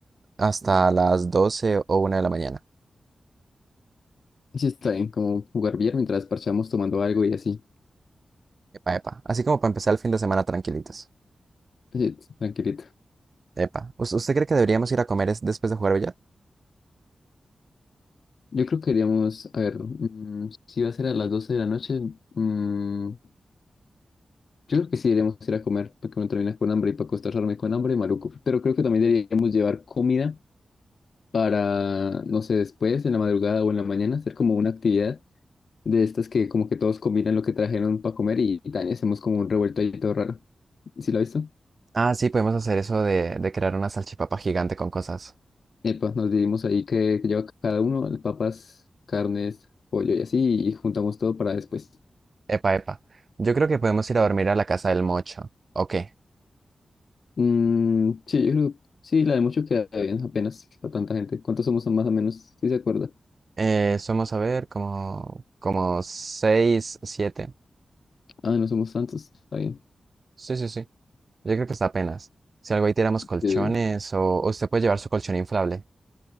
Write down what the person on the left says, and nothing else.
Sí, está bien, como jugar billar mientras parchamos tomando algo y así.
Sí, tranquilito.
Yo creo que iríamos, a ver, mm, si va a ser a las 12 de la noche, mm, yo creo que sí deberíamos ir a comer, porque uno termina con hambre y para acostarme con hambre, maluco. Pero creo que también deberíamos llevar comida para, no sé, después, en la madrugada o en la mañana, hacer como una actividad de estas que como que todos combinan lo que trajeron para comer y, y también hacemos como un revuelto ahí todo raro. ¿Sí lo has visto?
Epa, nos dividimos ahí que, que lleva cada uno, papas, carnes, pollo y así, y juntamos todo para después.
Mm, sí, yo creo, sí, la de mucho queda bien, apenas para tanta gente. ¿Cuántos somos más o menos? ¿Sí se acuerda?
Ah, no somos tantos, está bien.
Eh,